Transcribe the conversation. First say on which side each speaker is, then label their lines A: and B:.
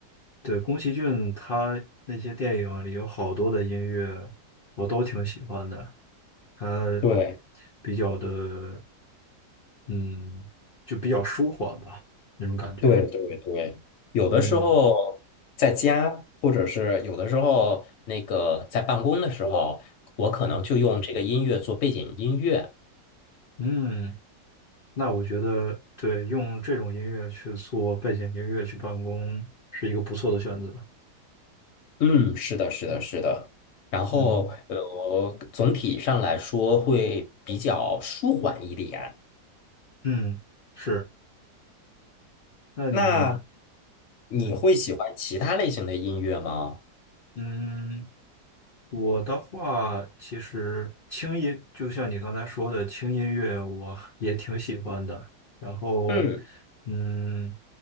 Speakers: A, on the left; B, on the left.
A: 对，宫崎骏他那些电影里有好多的音乐，我都挺喜欢的。他
B: 对。
A: 比较的，嗯，就比较舒缓吧，那种感觉。
B: 对对对，有的时候在家，
A: 嗯
B: 或者是有的时候那个在办公的时候，我可能就用这个音乐做背景音乐。
A: 嗯嗯，那我觉得对，用这种音乐去做背景音乐去办公是一个不错的选择。
B: 嗯，是的，是的，
A: 嗯
B: 是的。然后，
A: 嗯，
B: 呃，总体上来说会比较舒缓一点。
A: 嗯是。那你
B: 那你会喜欢其他类型的音乐吗？
A: 嗯嗯。我的话，其实轻音，就像你刚才说的，轻音乐我 <laughs> 也挺喜欢的。然后，
B: 嗯，
A: 嗯，